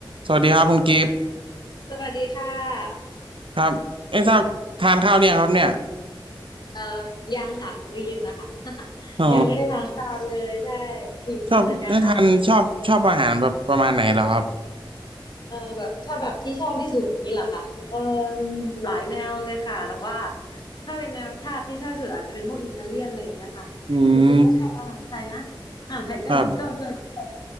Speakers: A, on the right; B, on the left.
A: สวัสดีครับคุณกิฟต์
B: สวัสดีค่ะ
A: ครับเอ้ทราบทานข้าวเนี่ยงครับเนี่ย
B: เอ่อยังค่ะมื้อเย็นนะคะ <laughs>
A: อ๋อ
B: ยังไม่ได้ทานข้าวเลยใช่หิวอยู่เหมือนกันค่ะ
A: ชอบถ้าทานชอบชอบอาหารแบบประมาณไหนเหรอครับ
B: เออแบบถ้าแบบที่ชอบที่สุดนี่เหรอคะเออหลายแนวเลยค่ะแต่ว่าถ้าเป็นแนวชาติที่ชอบที่สุดอาจจะเป็นพวกอิตาเลียนอะไรอย่างเงี้ยค่ะแต่จริงๆก็ชอบอาหารไทยนะอาหารไทยก็ก็ก็ชอบ
A: อืมครับ